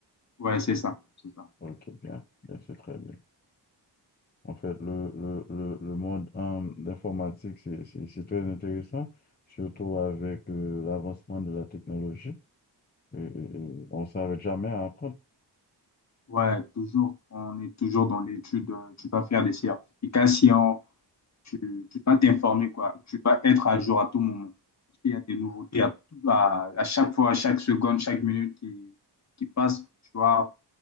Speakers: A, on the left; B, on the left.
A: Ouais, c'est ça, c'est ça.
B: Ok, bien. Bien, c'est très bien. En fait, le, le, le, le monde euh, d'informatique, c'est c'est- c'est très intéressant, surtout avec euh, l'avancement de la technologie. Et, et- et on ne s'arrête jamais à apprendre.
A: Ouais, toujours, on est toujours dans l'étude. euh, Tu dois faire des certifications tu, tu dois t'informer, quoi. Tu dois être à jour à tout moment. Parce qu'il y a des nouveautés à, à- à chaque fois, à chaque seconde, chaque minute qui, qui passe. Tu vois,